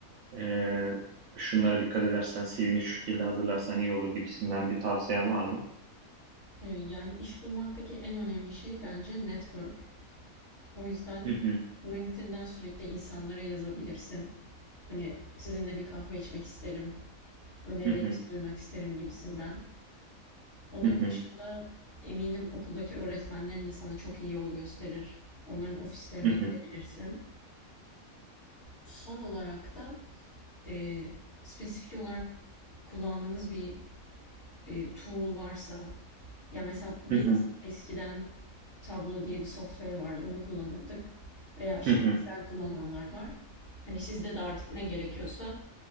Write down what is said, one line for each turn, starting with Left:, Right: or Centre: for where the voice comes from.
Right: e, şunlara dikkat edersen, CV'ni şu şekilde hazırlarsan iyi olur gibisinden bir tavsiyen var mı?
Left: Eee, yani iş bulmaktaki en önemli şey bence network. O yüzden
Right: Hı hı.
Left: LinkedIn'den sürekli insanlara yazabilirsin. Hani sizinle bir kahve içmek isterim, önerilerinizi
Right: Hı hı.
Left: duymak isterim gibisinden. Onun
Right: Hı hı.
Left: dışında eminim okuldaki öğretmenlerin de sana çok iyi yol gösterir. Onların ofislerine
Right: Hı
Left: gidebilirsin.
Right: hı.
Left: Son olarak da e, spesifik olarak kullandığınız bir e, tool varsa ya mesela biz
Right: Hı hı.
Left: eskiden Tableau diye bir software vardı onu kullanırdık veya işte
Right: Hı hı.
Left: Excel kullananlar var. Hani sizde de artık ne gerekiyorsa